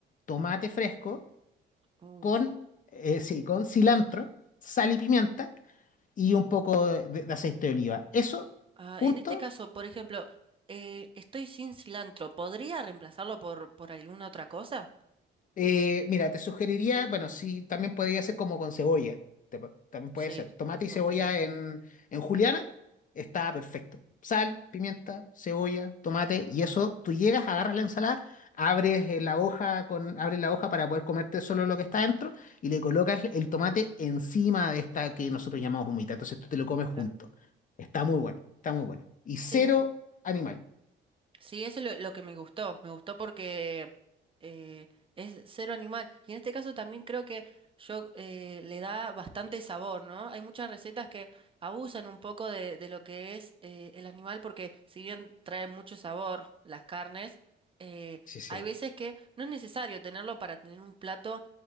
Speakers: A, on the left; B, on the right.
A: tomate fresco,
B: Uy,
A: con,
B: sí.
A: eh, sí, con cilantro, sal y pimienta y un poco de, de aceite de oliva. Eso,
B: Ah,
A: punto.
B: en este caso, por ejemplo, eh, estoy sin cilantro. ¿Podría reemplazarlo por, por alguna otra cosa?
A: Eh, mira, te sugeriría, bueno, sí, también podría ser como con cebolla. te pu- también puede
B: Sí,
A: ser. Tomate y
B: con
A: cebolla
B: cebolla.
A: en, en juliana está perfecto. Sal, pimienta, cebolla, tomate y eso, tú llegas, agarras la ensalada, abres eh, la hoja con, abres la hoja para poder comerte solo lo que está dentro y le colocas el tomate encima de esta que nosotros
B: Mm,
A: llamamos humita. Entonces tú te lo comes junto.
B: claro.
A: Está muy bueno, está muy bueno. Y cero
B: Sí, sí.
A: animal.
B: Sí, eso es lo, lo que me gustó. Me gustó porque eh, es cero animal. Y en este caso también creo que yo eh, le da bastante sabor, ¿no? Hay muchas recetas que abusan un poco de, de lo que es eh, el animal porque si bien traen mucho sabor las carnes, eh,
A: Sí, sí.
B: hay veces que no es necesario tenerlo para tener un plato